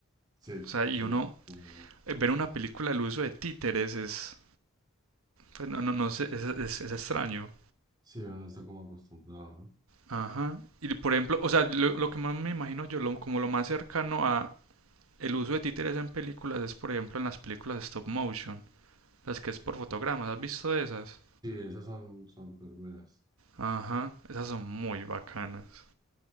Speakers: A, on the right; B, on the right.
A: Sí,
B: O sea, y
A: sí.
B: uno
A: Como-
B: eh, ver una película el uso de títeres es pues, no, no, no sé, es, es- es extraño.
A: sí, uno no está como acostumbrado, ¿no?
B: Ajá. Y por ejemplo, o sea, lo, lo que más me imagino yo, lo- como lo más cercano a el uso de títeres en películas es, por ejemplo, en las películas de stop motion, las que es por fotogramas. ¿Has visto de esas?
A: Sí, esas son, son súper buenas.
B: Ajá, esas son muy bacanas.